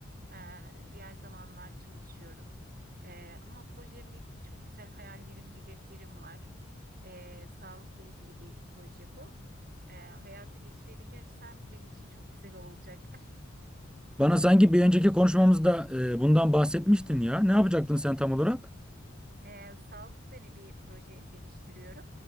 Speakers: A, on the right; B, in the centre.
A: Ee, diğer zamanlar çalışıyorum. Ee, ama projemle ilgili çok güzel hayallerim, hedeflerim var. E, sağlıkla ilgili bir proje bu. E, hayata geçirebilirsem benim için çok güzel olacak.
B: Bana sanki bir önceki konuşmamızda e, bundan bahsetmiştin ya. Ne yapacaktın sen tam olarak?
A: E, sağlık üzerine bir proje geliştiriyorum.